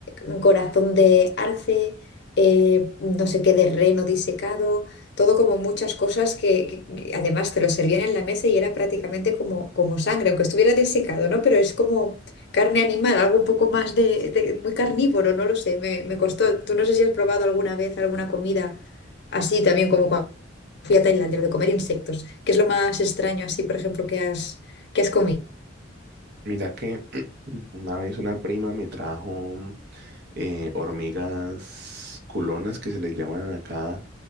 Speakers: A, on the left (about 60°); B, on the right (about 60°).
A: un corazón de arce, eh, no sé qué de reno disecado, todo como muchas cosas que, que- que además te lo servían en la mesa y era prácticamente como, como sangre, aunque estuviera desecado, ¿no? Pero es como carne animal, algo un poco más de, de- muy carnívoro, no lo sé, me, me costó. Tú no sé si has probado alguna vez alguna comida así también como fui a Tailandia, lo de comer insectos, que es lo más extraño así, por ejemplo, que has, que has comido.
B: Mira que <clears throat> una vez una prima me trajo eh, hormigas culonas que se les llaman acá